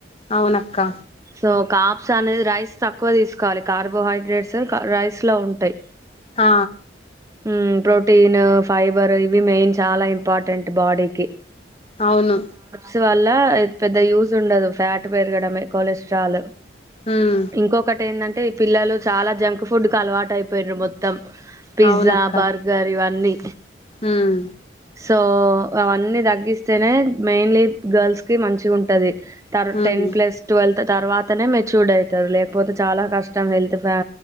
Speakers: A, on the left (about 30°); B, on the right (about 15°).
A: అవునక్క.
B: సో కాప్స్ అనేది రైస్ తక్కువ తీసుకోవాలి, కార్బోహై రెస్ క రైస్లో ఉంటాయి.
A: ఆ.
B: ఉమ్ ప్రోటీను, ఫైబరు, ఇవి మెయిన్ చాలా ఇంపార్టెంట్, బాడీకి.
A: అవును.
B: ఇటీ వల్ల ఏ పెద్ద యూస్ ఉండదు, ఫ్యాట్ పెరగడమే కొలెస్ట్రాలు.
A: ఉమ్
B: ఇంకొకటి ఏందన్. అంటే పిల్లలు చాలా జంక్ ఫుడ్ కు అలవాటై పోయింర్రు మొత్తం. పిజ్జా
A: అవునక్క
B: బర్గర్ ఇవన్నీ.
A: ఉమ్
B: సో అవన్నీ తగ్గిస్తేనే. మెయిన్లీ, గర్ల్స్ కి మంచిగుంటది. తర్వా
A: ఉమ్
B: టెన్ ప్లస్, ట్యూవెళ్తూ తర్వాత. అతనే మెచ్యూర్డ్ అయితారు, లేకపోతే చాలా కష్టం, హెల్త్ ప్యా